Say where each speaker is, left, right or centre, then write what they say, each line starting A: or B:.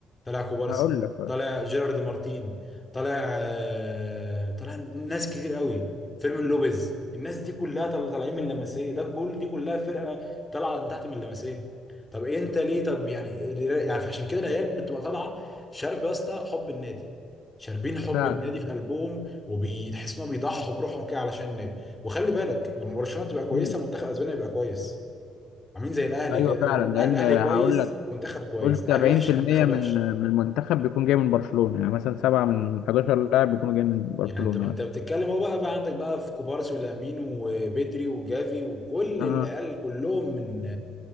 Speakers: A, on the left (about 20°); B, on the left (about 65°).
A: طلع كوبارسي
B: هقول لك
A: طلع جيرارد مارتين طلع آه، طلع ناس كتير قوي فيرمين لوبيز الناس دي كلها طل- طالعين من اللمسيه ده كل دي كلها فرقه طالعه من تحت من اللمسيه طب إيه انت ليه طب يعني يعني فعشان كده العيال بتبقى طالعه شارب يا اسطى حب النادي شاربين حب
B: فعلا
A: النادي في قلبهم وبيتحس انهم بيضحوا بروحهم كده علشان النادي وخلي بالك لما برشلونه تبقى كويسه
B: مم.
A: منتخب اسبانيا يبقى كويس عاملين زي الاهلي
B: ايوه
A: كده
B: فعلا
A: الأه-
B: لان
A: الاهلي
B: هقول
A: كويس
B: لك
A: منتخب كويس
B: قلت
A: الاهلي
B: 70%
A: وحش المنتخب
B: من
A: وحش
B: من المنتخب بيكون جاي من برشلونه يعني مثلا سبعه من 11 لاعب بيكونوا جاي من برشلونه
A: يعني انت انت
B: مثلا
A: بتتكلم هو بقى, بقى عندك بقى في كوبارسي ولامين وبدري وجافي وكل
B: اه
A: العيال كلهم من